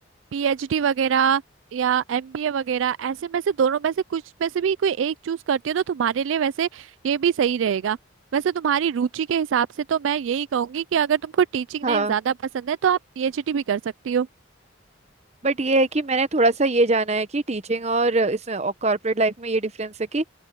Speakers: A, on the right; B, on the right.
A: पीएचडी वगैरह या एमबीए वगैरह ऐसे में से दोनों में से कुछ में से भी कोई एक चूज करती हो तो तुम्हारे लिए वैसे ये भी सही रहेगा वैसे तुम्हारी रुचि के हिसाब से तो मैं यही कहूंगी कि अगर तुमको टीचिंग
B: हाँ
A: लाइन ज्यादा पसंद है तो आप पीएचडी भी कर सकती हो
B: बट ये है कि मैंने थोड़ा सा ये जाना है कि टीचिंग और इसमें कॉर्पोरेट लाइफ में ये डिफरेंस है कि